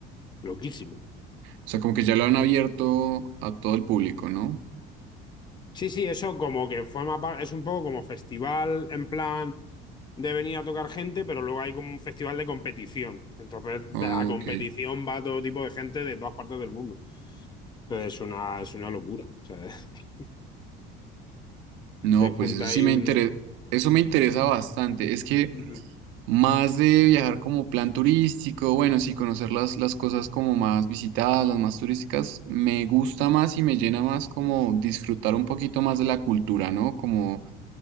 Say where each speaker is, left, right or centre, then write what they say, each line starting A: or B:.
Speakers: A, on the left; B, on the right.
A: Loquísimo.
B: sea, como que ya lo han abierto a todo el público, ¿no?
A: Sí, sí, eso como que forma parte, es un poco como festival en plan de venir a tocar gente, pero luego hay como un festival de competición. Entonces,
B: Ok.
A: de- a competición va todo tipo de gente de todas partes del mundo. Entonces es una, es una locura. O sea, <laughs>
B: No,
A: se junta
B: pues eso sí
A: ahí
B: me
A: un...
B: interesa, eso me interesa bastante. Es que
A: Ujú.
B: Más de viajar como plan turístico, bueno, sí, conocer las, las cosas como más visitadas, las más turísticas, me gusta más y me llena más como disfrutar un poquito más de la cultura, ¿no? Como